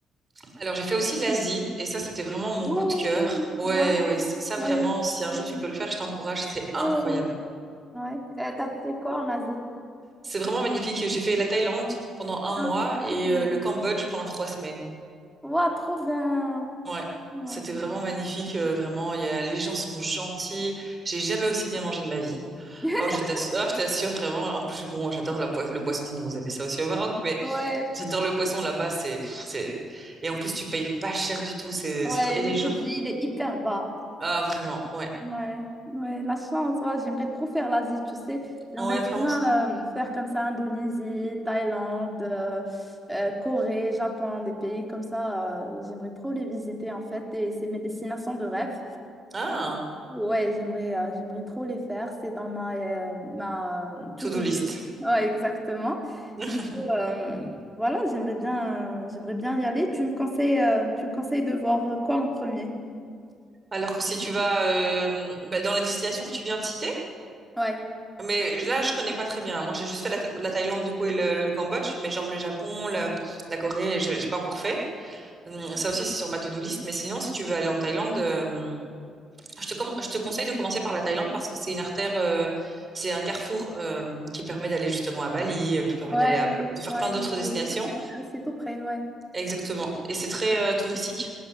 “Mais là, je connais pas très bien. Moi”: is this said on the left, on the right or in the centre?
Right